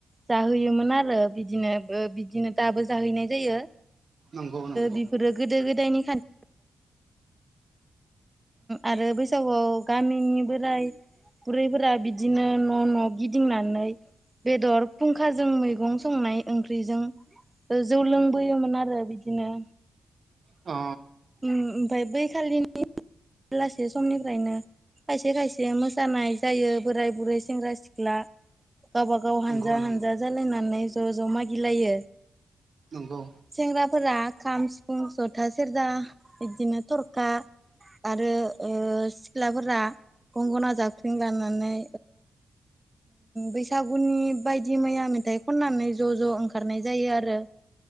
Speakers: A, on the right; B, on the right.
A: जाहैयोमोन आरो बिदिनो बिदिनो दाबो जाहैनाय जायो
B: नंगौ नंगौ
A: बिफोरो गोदो गोदायनि खान्थि आरो बैसागोआव गामिनि बोराइ बुरैफोरा बिदिनो न' न' गिदिंनानै बेदर खुंखाजों मैगं संनाय ओंख्रिजों जौ लोंबोयोमोन आरो बिदिनो
B: अ
A: ओमफ्राय बै खालिनि बेलासे समनिफ्रायनो खायसे खायसे मोसानाय जायो बोराय बुरै सेंग्रा सिख्ला गावबा गाव हानजा
B: नंगौ नंगौ
A: हानजा जालायनानै ज' ज' मागिलायो
B: नंगौ
A: सेंग्राफोरा खाम सिफुं जथा सेरजा बिदिनो थरखा ओ आरो सिख्लाफोरा गंगना जाख्रिं दामनानै बैसागोनि बायदि मैया मेथाइ खननानै ज' ज' ओंखारनाय जायो आरो